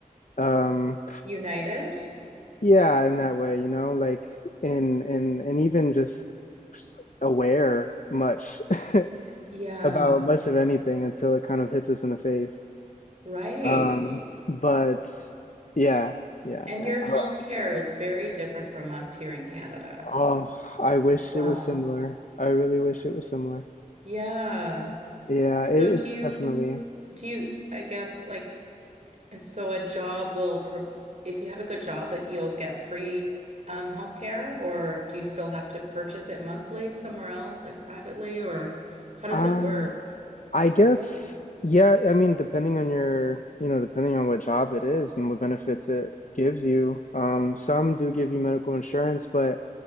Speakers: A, on the left (about 60°); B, on the right (about 55°).
A: um
B: United?
A: yeah in that way you know like in in and even just aware much
B: Yeah,
A: <laughs> about much of anything until it kind of hits us in the face
B: right.
A: um but yeah yeah
B: And
A: yeah
B: your healthcare
A: I, I would say that
B: is very different from us here in Canada
A: oh I wish
B: as well.
A: it was similar I really wish it was similar
B: Yeah.
A: yeah it,
B: So
A: it's
B: do you
A: definitely
B: do you I guess like so a job will pro if you have a good job it you'll get free um healthcare or do you still have to purchase it monthly somewhere else like privately or how does
A: Uh,
B: it work?
A: I guess, yeah, I mean, depending on your, you know, depending on what job it is and what benefits it gives you, um, some do give you medical insurance, but